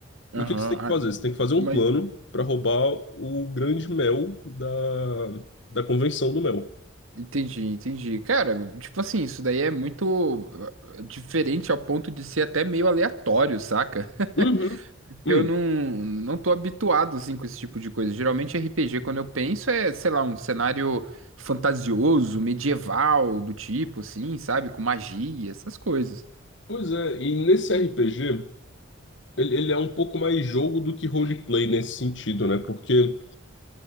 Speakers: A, on the right (about 80°); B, on the left (about 60°).
A: Aham.
B: E o que que você tem que
A: Ah,
B: fazer? Você tem que fazer um
A: mas
B: plano para roubar o grande mel da, da convenção do mel.
A: entendi, entendi. Cara, tipo assim, isso daí é muito uh, diferente ao ponto de ser até meio aleatório, saca? <laughs>
B: Uhum. Hum.
A: Eu não, não tô habituado, assim, com esse tipo de coisa. Geralmente RPG, quando eu penso, é, sei lá, um cenário fantasioso, medieval, do tipo, assim, sabe? Com magia, essas coisas.
B: Pois é, e nesse RPG, ele, ele é um pouco mais jogo do que roleplay nesse sentido, né? Porque